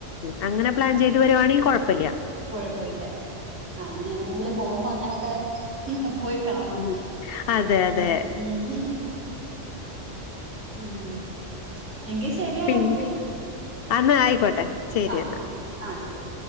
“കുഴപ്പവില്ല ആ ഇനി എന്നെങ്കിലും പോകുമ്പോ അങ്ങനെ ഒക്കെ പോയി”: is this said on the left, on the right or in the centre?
Right